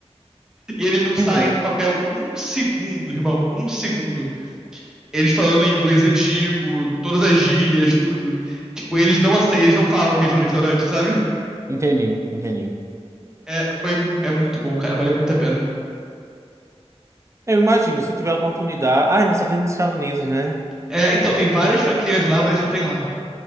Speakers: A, in the centre; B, on the right.
A: E eles não saem
B: Uhum,
A: do papel um segundo, irmão, um segundo. Eles falando inglês antigo, todas as gírias, tudo. Tipo, eles não aceitam, eles não falam que eles estão no restaurante, sabe?
B: entendi, entendi.
A: É, foi, é muito bom, cara, vale muito a pena.
B: Eu imagino, se eu tiver a oportunidade. Ai, mas só tem nos Estados Unidos, né?
A: É, então, tem várias franquias lá, mas só tem lá.